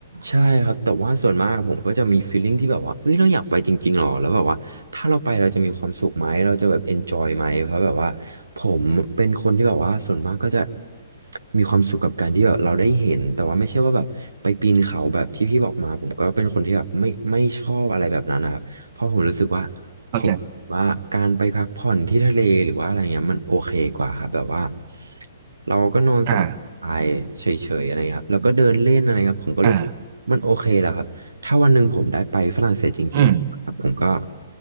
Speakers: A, on the right; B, on the right.
A: ใช่ครับ แต่ว่าส่วนมากผมก็จะมี feeling ที่แบบว่าเอ้ยเราอยากไปจริงๆหรอแล้วแบบว่าถ้าเราไปเราจะมีความสุขไหมเราจะแบบ enjoy ไหมเพราะแบบว่าผมเป็นคนที่แบบว่าส่วนมากก็จะมีความสุขกับการที่แบบเราได้เห็นแต่ว่าไม่ใช่ว่าแบบไปปีนเขาแบบที่พี่บอกมาผมก็เป็นคนที่แบบไม่ไม่ชอบอะไรแบบนั้นนะครับเพราะผมรู้สึกว่า
B: เข้าใจ
A: ผมว่าการไปพักผ่อนที่ทะเลหรือว่าอะไรเงี้ยมันโอเคกว่าครับแบบว่าเราก็นอนสบายๆเฉยๆอะไรเงี้ยครับแล้วก็เดินเล่นอะไรครับผมก็รู้สึก
B: อ่าอ่า
A: มันโอเคแล้วครับถ้าวันหนึ่งผมได้ไปฝรั่งเศสจริงๆครับผมก็
B: อืม